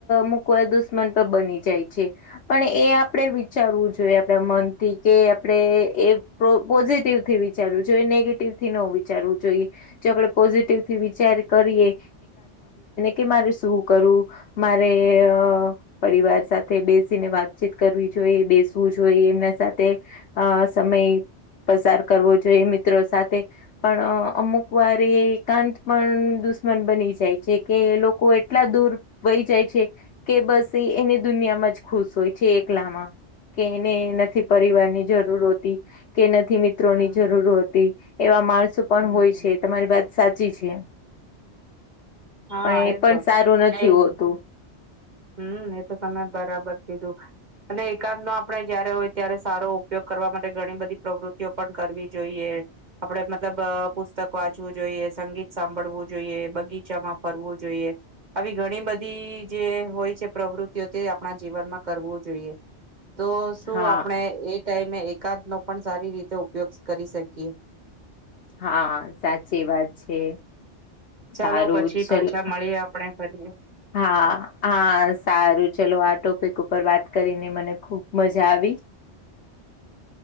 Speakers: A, on the left; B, on the right.
A: મુકવા દુશ્મન તો બની જાય છે. પણ એ આપણેે વિચારવું જોઈએ આપણા મનથી કે આપણેે એ તો પોઝિટિવથી વિચારવું જોઈએ નેગેટિવથી ન વિચારવું જોઈએ. જો આપણે પોઝિટિવથી વિચાર કરીએ કે મારે શું કરવું મારે અ પરિવાર સાથે બેસીને વાતચીત કરવી જોઈએ બેસવું જોઈ એમના સાથે અ સમય પસાર કરવો જોઈએ મિત્રો સાથે પણ અમુક વાર એ એકાંત પણ દુશ્મન બની જાય છે કે લોકો એટલા દૂર વહી જાય છે કે બસ એ એને દુનિયામાં જ ખુશ હોય છે એકલામાં કે એને નથી પરિવારની જરૂર હોતી કે નથી મિત્રોની
B: હમ
A: જરૂર હોતી એવા માણસો પણ
B: હમ
A: હોય છે તમે તમારી વાત સાચી છે
B: હા
A: પણ એ પણ
B: તો
A: સારું નથી
B: ને
A: હોતું
B: હમ એ તો તમે બરાબર કીધું અને એકાંતનો આપણે જયારે હોય ત્યારે સારો ઉપયોગ કરવા માટે ઘણી બધી પ્રવૃત્તિઓ પણ કરવી જોઈએ આપણે મતલબ પુસ્તક વાંચવું જોઈએ સંગીત સાંભળવું જોઈએ બગીચામાં ફરવું જોઈએ. આવી ઘણી બધી જે હોય છે પ્રવૃત્તિઓ તે આપણા જીવનમાં કરવું જોઈએ તો શું
A: હા
B: આપણે એક ટાઈમે એકાંતનો પણ સારી રીતે ઉપયોગ કરી શકીએ.
A: હા સાચી વાત છે
B: ચાલો
A: સારું
B: પછી
A: ચલો
B: પાછા મળીએ આપણેે ફરી
A: હા હા સારું ચલો આ ટોપિક ઉપર વાત કરીને મને ખુબ મજા આવી.
B: <inaudible>